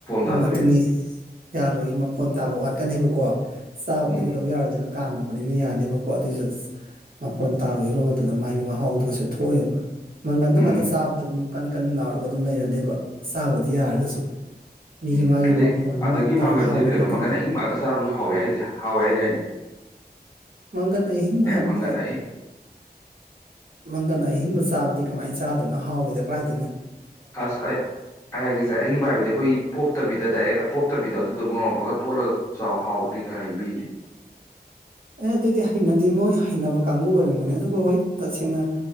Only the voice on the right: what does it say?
ꯎꯝ
ꯑꯗꯨꯅꯤ ꯌꯥꯔꯣꯏꯌꯦ ꯃꯐꯣꯟ ꯇꯥꯕ ꯋꯥꯠꯀꯅꯦꯕꯀꯣ ꯆꯥꯕꯗꯤ
ꯀꯩꯗꯧ ꯌꯥꯔꯣꯏꯗꯣꯏꯅꯣ ꯀꯥꯝꯃꯕꯅꯤꯅ ꯌꯥꯅꯦꯕꯀꯣ ꯑꯗꯨꯏꯖꯨ ꯃꯐꯣꯟ ꯇꯥꯔꯣꯏ ꯍꯤꯔꯣꯝ ꯃꯇꯗ ꯃꯥꯒꯤ ꯃꯍꯥꯎꯗꯨꯁꯨ ꯊꯣꯛꯑꯣꯏꯕ ꯃꯪꯒꯟꯗꯣ
ꯉꯥꯇ ꯆꯥꯕꯗꯣ ꯑꯗꯨꯝ ꯀꯟ ꯀꯟ ꯂꯥꯎꯔꯒ ꯑꯗꯨꯝ ꯂꯩꯔꯅꯦꯕ ꯆꯥꯕꯗꯤ ꯌꯥꯔꯒꯁꯨ ꯃꯤꯒꯤ
ꯃꯥꯒꯤ
ꯃꯐꯣꯟ ꯑꯃ
ꯇꯥꯔ
ꯍꯥꯎꯗꯧꯅꯤꯗꯅ
ꯃꯪꯒꯟ ꯑꯍꯤꯡꯕ ꯍꯥꯏꯕꯗꯦ
ꯃꯪꯒꯟ ꯑꯍꯤꯡꯕ ꯆꯥꯕꯗꯤ ꯀꯃꯥꯏꯟ ꯆꯥꯗꯣꯅꯣ ꯍꯥꯎꯏꯗ ꯀꯔꯥꯏꯗꯤꯟꯅ
ꯑꯦ ꯑꯗꯨꯗꯤ ꯍꯩꯅꯗꯤ ꯃꯣꯏ ꯍꯩꯅꯕ ꯀꯥꯡꯒꯨ ꯑꯣꯏꯔꯝꯒꯅꯤ ꯑꯗꯨꯒ ꯍꯣꯏꯠ ꯇꯁꯦꯡꯅ